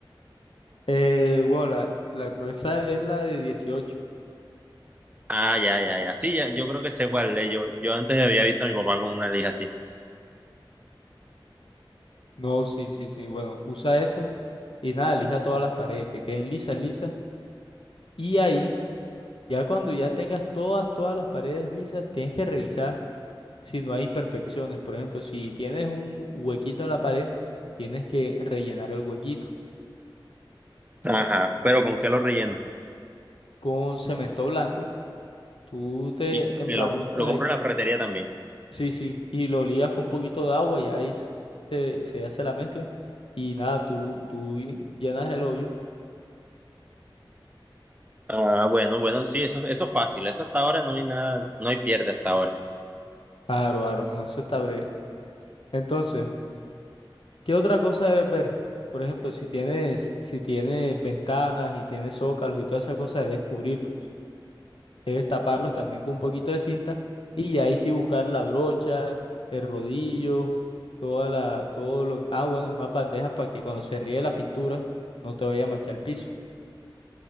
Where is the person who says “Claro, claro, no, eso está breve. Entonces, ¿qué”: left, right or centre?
Left